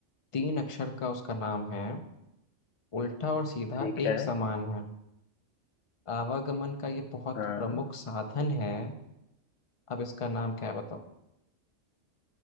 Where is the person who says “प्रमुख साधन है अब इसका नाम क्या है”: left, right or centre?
Left